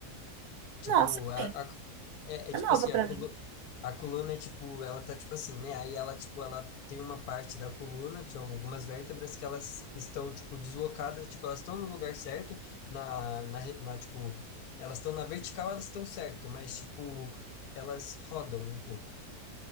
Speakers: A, on the left; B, on the right.
A: Tipo,
B: Nossa,
A: a,
B: gente,
A: a- é,
B: é
A: é tipo
B: nova
A: assim,
B: para
A: a, colu
B: mim.
A: a coluna é tipo, ela tá tipo assim, né? Aí ela, tipo, ela tem uma parte da coluna, tinha algumas vértebras que elas estão, tipo, deslocadas, tipo, elas estão no lugar certo, na, na, re- na tipo, elas estão na vertical, elas estão certo, mas, tipo, elas rodam um pouco.